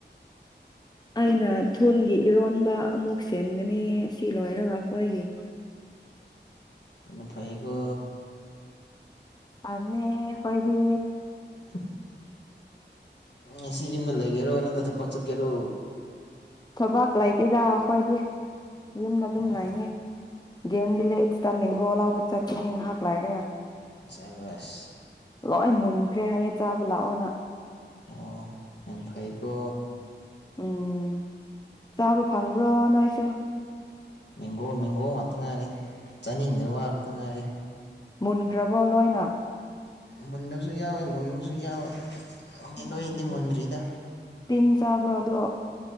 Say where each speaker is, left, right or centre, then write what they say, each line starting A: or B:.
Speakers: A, on the left; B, on the left.
A: ꯑꯩꯅ ꯊꯨꯟꯒꯤ ꯏꯔꯣꯟꯕ ꯑꯃꯨꯛ ꯁꯦꯝꯒꯅꯤ ꯁꯤ ꯂꯣꯏꯔꯒ ꯑꯩꯈꯣꯏꯒꯤ
B: ꯑꯗꯨꯐꯌꯦꯀꯣ
A: ꯑꯗꯨꯅꯤ ꯀꯣꯏꯗꯤ
B: <unintelligible> ꯉꯁꯤ ꯌꯨꯝꯗ ꯂꯩꯒꯦꯔꯣ ꯅꯠꯇ ꯊꯕꯛ ꯆꯠꯀꯦꯔꯣ
A: ꯊꯕꯥꯛ ꯂꯩꯇꯦꯗ ꯑꯩꯈꯣꯏꯗꯤ ꯌꯨꯝꯗ ꯑꯗꯨꯝ
B: ꯑꯣ
A: ꯂꯩꯅꯤ ꯒꯦꯝ ꯕꯤꯂꯦꯠꯁꯇ ꯃꯦꯡꯒꯣ ꯂꯧꯕ ꯆꯠꯀꯅꯤ ꯅꯍꯥꯛꯂꯏꯔꯒ
B: ꯁꯕꯁ
A: ꯂꯣꯏ ꯃꯨꯟꯈ꯭ꯔꯦ ꯍꯥꯏꯌꯦ ꯆꯥꯕ ꯂꯥꯛꯑꯣꯅ
B: ꯑꯣ ꯌꯥꯝ ꯐꯩꯀꯣ
A: ꯎꯝ ꯆꯥꯕ ꯐꯪꯕ꯭ꯔꯣ ꯅꯣꯏꯁꯨ
B: ꯃꯦꯡꯒꯣ ꯃꯦꯡꯒꯣ ꯉꯥꯛꯇ ꯉꯥꯏꯔꯦ ꯆꯥꯅꯤꯡꯗꯣꯏ ꯋꯥ ꯈꯛꯇ ꯉꯥꯏꯔꯦ
A: ꯃꯨꯟꯈ꯭ꯔꯕꯣ ꯂꯣꯏꯅ
B: ꯃꯨꯟꯗꯕꯁꯨ ꯌꯥꯎꯋꯦ ꯃꯨꯟꯕꯁꯨ ꯌꯥꯎꯋꯦ ꯌꯦꯟꯗꯅꯤꯡꯗꯤ
A: ꯑꯣ
B: ꯃꯨꯟꯗ꯭ꯔꯤꯗ
A: ꯇꯤꯟ ꯆꯥꯕ꯭ꯔꯣ ꯑꯗꯣ